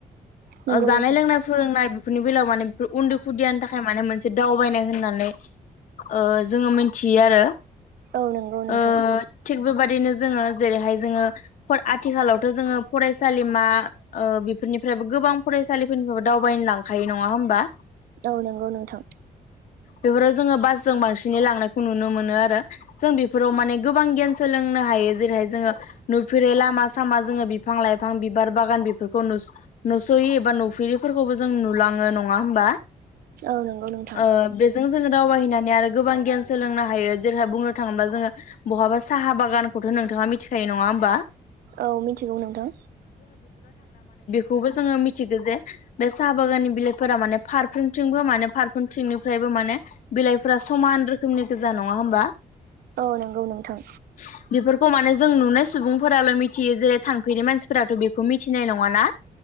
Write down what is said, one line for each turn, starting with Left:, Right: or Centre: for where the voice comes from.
Right: नंगौ
Left: ओ जानाय
Right: नोंथां
Left: लोंनाय फोरोंनाय बेफोरनि बेलायाव माने बेफोर उन्दै खुदियानि थाखाय माने मोनसे दावबायनाय होननानै ने ओ जोङो मिन थियो आरो
Right: औ नंगौ नोंथां
Left: ओ थिख बेबादिनो जोङो जेरैहाय जोङो फ आथिखालावथ' जोङो फरायसालि मा ओ बि बेफोरनिफ्रायबो गोबां फरायसालिफोरनिफ्रायबो दावबायनो लांखायो नङा होमबा?
Right: औ नोंगौ नोंथां
Left: बेफोराव जोङो बासजों बांसिनै लांनायखौ नुनो मोनो आरो जों बेफोराव माने गोबां गियान सोलोंनो हायो जेरैहाय जोङो नुफेरै लामा सामा जोङो बिफां लाइफां बिबार बागान बेफोरखौ नुस'यि एबा नुफिफोरखौबो जों नुलाङो नङा होमबा? <inaudible>
Right: औ नंगौ नोंथां
Left: ओ बेजों जोङो दावबायहैनाय नै आरो गोबां गियान सोलोंनो हायो। जेरैहा बुंनो थाङोबा जोङो बहाबा साहा बागानखौथ' नोंथाङा मिथिखायो नङा होमबा?
Right: औ मिथिगौ नोंथां
Left: खौबो जोङो मिथिगो जे बे साहा बागाननि बिलाइफोरा माने फारफ्रोमथिंबो माने फारफ्रोमथिंनिफ्रायबो माने बिलाइ फ्रा समान रोखोमनि गोजा नङा होमबा
Right: औ नंगौ नोंथां
Left: <inaudible> बिफोर खौ माने जों नुनाय सुबुंफोराल' मि थियो जे थांफेरै मानसिफोराथ' बेखौ मिथिनाय नङाना?